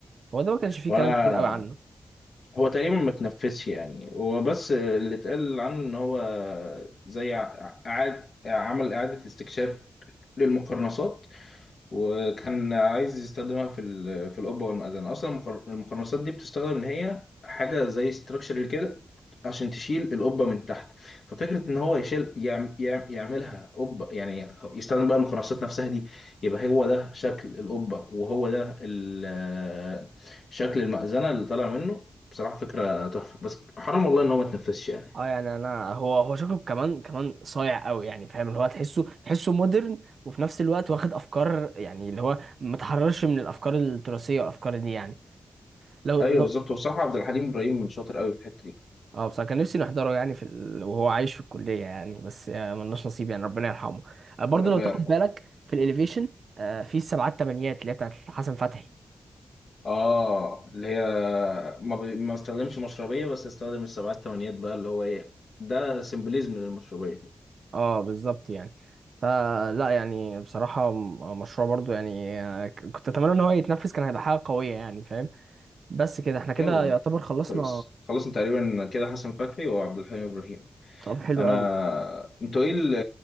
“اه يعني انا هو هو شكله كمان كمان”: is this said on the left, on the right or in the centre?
Right